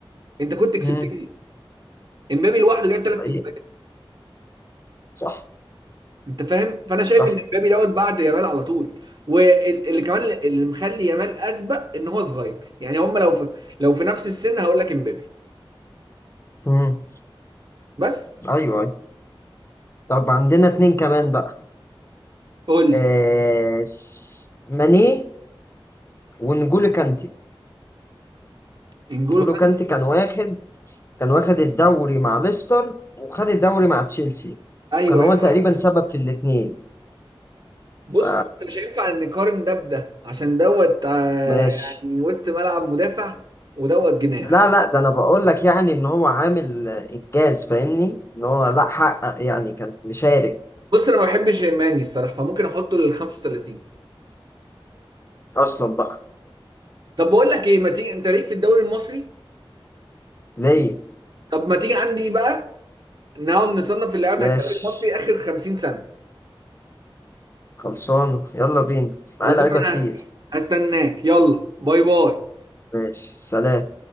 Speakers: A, on the right (about 50°); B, on the left (about 30°).
A: انت كنت كسبتني
B: مم.
A: امبابي لوحده جايب ثلاث
B: حقيقي
A: اجوان
B: صح
A: انت فاهم فانا شايف
B: صح
A: ان امبابي دوت بعد يامال على طول واللي كمان اللي مخلي يامال اسبق ان هو صغير يعني هم لو في... لو في نفس السن هقول لك امبابي
B: مم.
A: بس
B: ايوه أيوة. طب عندنا اتنين كمان بقى
A: قول لي
B: آه، س- ماني ونجولو كانتي
A: انجولو
B: نجولو
A: كان
B: كانتي كان واخد كان واخد الدوري مع ليستر وخد الدوري مع تشيلسي
A: ايوه
B: كان هو
A: ايوه
B: تقريبا سبب في الاتنين
A: بص
B: ف
A: مش هينفع نقارن ده بده عشان دوت آه،
B: ماشي
A: يعني وسط ملعب مدافع ودوت جناح
B: لا لا ده انا بقول لك يعني ان هو عامل انجاز فاهمني ان هو لا حقق يعني كان مشارك
A: بص انا ما بحبش ماني الصراحه فممكن احطه لل 35
B: اصلا بقى
A: طب بقول لك ايه ما تيجي انت ليك في الدوري المصري
B: ليه
A: طب ما تيجي عندي بقى نقعد نصنف اللعيبه
B: ماشي
A: بتاعت الدوري المصري اخر 50 سنه
B: خلصان يلا بينا معايا
A: خلاص
B: لعيبه
A: انا
B: كتير
A: هست- هستناك يلا باي باي
B: ماشي سلام